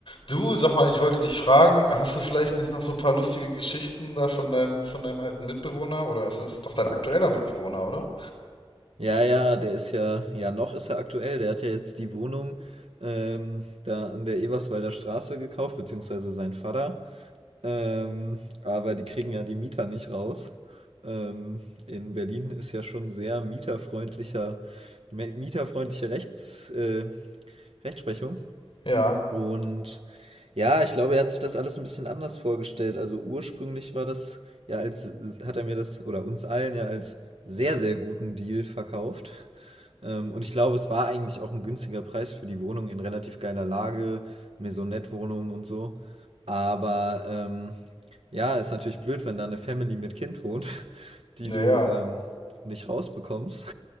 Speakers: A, on the left (about 60°); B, on the right (about 80°).
A: Du, sag mal, ich wollte dich fragen, hast du vielleicht nicht noch so ein paar lustige Geschichten da von deinem, von deinem alten Mitbewohner? Oder ist es doch dein aktueller Mitbewohner, oder?
B: Ja, ja, der ist ja ja, noch ist er aktuell. Der hat ja jetzt die Wohnung, ähm, da an der Eberswalder Straße gekauft, beziehungsweise sein Vater. Ähm, aber die kriegen ja die Mieter nicht raus. Ähm, in Berlin ist ja schon sehr mieterfreundlicher mi mieterfreundliche Rechts äh, Rechtsprechung.
A: Ja,
B: Und ja, ich glaube, er hat sich das alles ein bisschen anders vorgestellt. Also ursprünglich war das ja als, hat er mir das oder uns allen ja als sehr, sehr guten Deal verkauft. Ähm, und ich glaube, es war eigentlich auch ein günstiger Preis für die Wohnung in relativ geiler Lage, Maisonette-Wohnung und so. Aber ähm, ja, ist natürlich blöd, wenn da eine Family mit Kind wohnt, <laughs> die
A: naja,
B: du ähm, nicht rausbekommst.